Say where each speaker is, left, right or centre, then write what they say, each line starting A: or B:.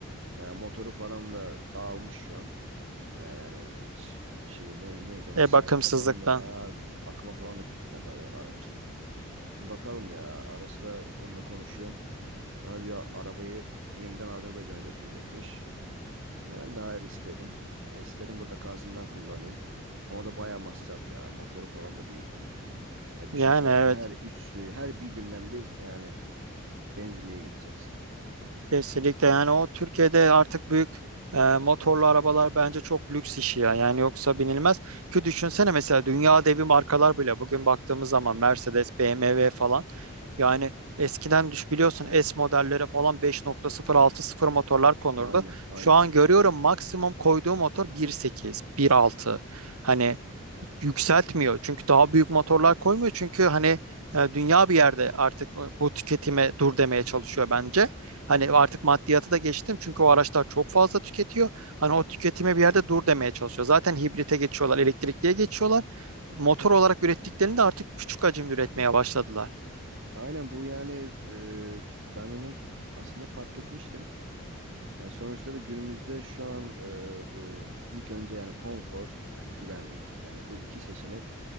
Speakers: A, on the right (about 60°); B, on the right (about 80°).
A: E, motoru falan da dağılmış şu an. Ee, yani hiç şey ne, neydi onu
B: E
A: servise
B: bakımsızlıktan.
A: falan da ha, bakıma falan da gitmedi ara- araç. Şimdi bakalım ya ara sıra onunla konuşuyorum. Bana diyor arabayı yeniden Azerbaycan'a götürecekmiş. E, ben de hayırlısı dedim. E, istedim burada kalsın ben kullanayım. Ama o da bayağı masraf ya. Motoru falan da büyük onun. E düşünsene
B: Yani evet.
A: her üç, her bir günden bir yani benzinliğe gideceksin. Heh,
B: Kesinlikle yani o Türkiye'de artık büyük e, motorlu arabalar bence çok lüks işi ya. Yani yoksa binilmez. Ki düşünsene mesela dünya devi markalar bile bugün baktığımız zaman Mercedes, BMW falan yani eskiden düş biliyorsun S modellere falan 5.060 motorlar konurdu.
A: Aynen, aynen.
B: Şu an görüyorum
A: Doğru.
B: maksimum koyduğu motor 1.8, 1.6. Hani yükseltmiyor. Çünkü daha büyük motorlar koymuyor. Çünkü hani e, dünya bir yerde artık e, bu tüketime dur demeye çalışıyor bence. Hani artık maddiyatı da geçtim. Çünkü o araçlar çok fazla tüketiyor. Hani o tüketime bir yerde dur demeye çalışıyor. Zaten hibrite geçiyorlar, elektrikliye geçiyorlar. Motor olarak ürettiklerini de artık küçük hacimli üretmeye başladılar.
A: Aynen bu yani e, ben onu aslında fark etmiştim. Yani sonuçta da günümüzde şu an e, bu ilk önce yani konfor yani güvenlik yani bu iki seçenek